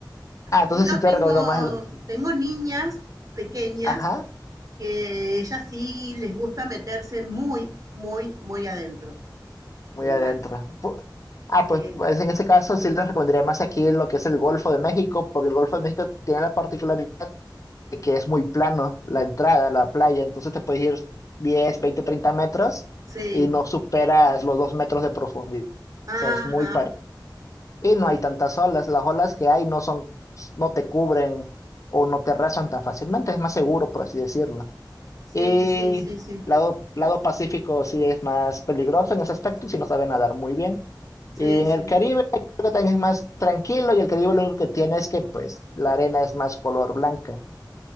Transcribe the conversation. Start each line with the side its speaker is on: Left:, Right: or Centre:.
Left: entonces
Right: Pero
Left: sí te
Right: tengo,
Left: recomiendo más el...
Right: tengo niñas pequeñas
Left: Ajá,
Right: que ellas sí les gusta meterse muy, muy, muy adentro
Left: muy
Right: del
Left: adentro.
Right: mar.
Left: Pu- Ah,
Right: Eh,
Left: pues, pues en ese caso sí les recomendaría más aquí lo que es el Golfo de México, porque el Golfo de México tiene la particularidad que es muy plano la entrada a la playa, entonces te puedes ir 10 20 30 metros
Right: sí,
Left: y no superas los 2 metros de profundidad. O
Right: ajá,
Left: sea, es muy parecido. Y no hay tantas olas, las olas que hay no son, no te cubren o no te rasan tan fácilmente, es más seguro, por así decirlo.
Right: sí,
Left: Y
Right: sí, sí, sí,
Left: lado, lado Pacífico sí es más peligroso en ese aspecto, si no sabe nadar muy bien.
Right: sí,
Left: Y en
Right: sí.
Left: el Caribe creo que también es más tranquilo y el Caribe lo único que tiene es que pues la arena es más color blanca